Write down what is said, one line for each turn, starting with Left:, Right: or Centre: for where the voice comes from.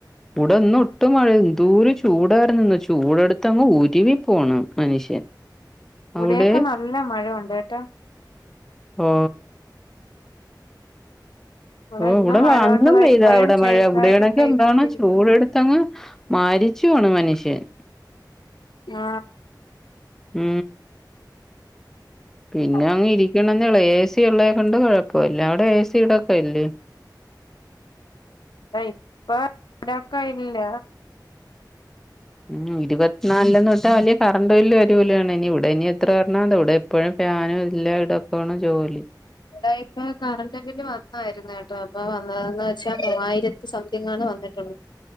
Centre: ഇവിടെ ഒന്ന് ഒട്ടും മഴ ന്തൂര് ചൂടായിരുന്ന് ഇന്ന് ചൂടെടുത്തങ്ങ് ഉരുവി പോണ് മനുഷ്യൻ
Left: ഇവിടെയൊക്കെ
Centre: അവിടെ
Left: നല്ല മഴ ഉണ്ട് കേട്ടോ
Centre: ഓ
Left: ഇവിടെ
Centre: ഓ
Left: ഇന്നും
Centre: ഇവടെ
Left: മഴ
Centre: അന്നും
Left: കൊണ്ട് ദാ
Centre: പെയ്താ
Left: ഇപ്പഴും
Centre: ഇവടെ
Left: ചെറുതായിട്ട്
Centre: മഴ ഇവിടെ ആണെങ്കി
Left: പെയ്തോണ്ടിരിക്കുന്നു
Centre: എന്താണ് ചൂട് എടുത്തങ്ങ് മരി ച്ചുവാണ് മനുഷ്യൻ
Left: ആ
Centre: ഉം പിന്നെ
Left: ആഹ്
Centre: അങ്ങ് ഇരിക്കണം എന്നെ ഒള്ള് ഏ സി ഉള്ളേ കൊണ്ട് കൊഴപ്പ ഇല്ല അവടെ ഏ സി ഇടക്കല്ലേ?
Left: ഇപ്പൊ ഇവടക്ക ഇല്ല
Centre: ഉം ഇരുപത്തിനാല്ന്ന്ട്ടാ വല്യ കറണ്ട് ബില്ല് വരൂലാണ് ഇനി ഇവിടെ ഇനി എത്ര വരണാന്തോ ഇവടെ എപ്പഴും ഞാനും എല്ലാ ഇടക്കൊണ് ജോലി
Left: ഇടാ ഇപ്പ കറണ്ട് ബില്ല് വന്നായിര്ന്ന് കേട്ടോ അപ്പൊ വന്നതെന്ന് വെച്ചാ മൂവായിരത്തി സംതിങ്ങ് ആണ് വന്നി ഉം